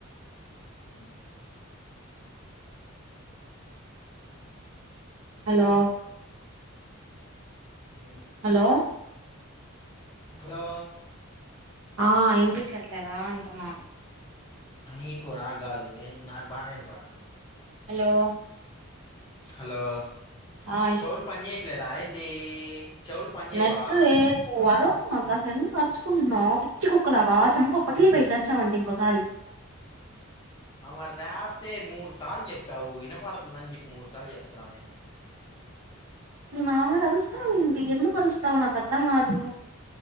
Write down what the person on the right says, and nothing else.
హలో
హలో
ఆ ఇనిపించట్లేదా అంటున్నా
హలో
ఆ
నెట్లు ఏదు అను అస ఎందుకు తరుచుకుంటున్నా పిచ్చి కుక్కలాగా చంప పకిలిపోయి దరిచామంటే ఇంకోసారి <inaudible>
నామే అరుస్తావు ఏంటి ఎందుకు అరుస్తావు నాకు అర్థం కాదు